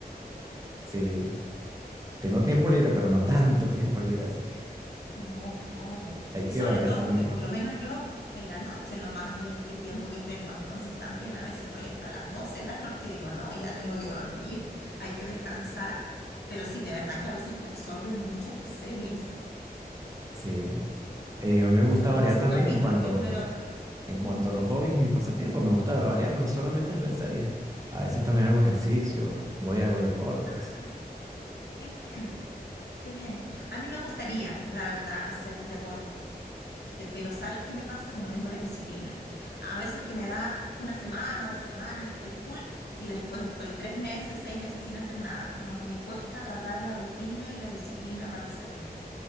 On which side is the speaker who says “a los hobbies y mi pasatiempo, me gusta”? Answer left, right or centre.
Right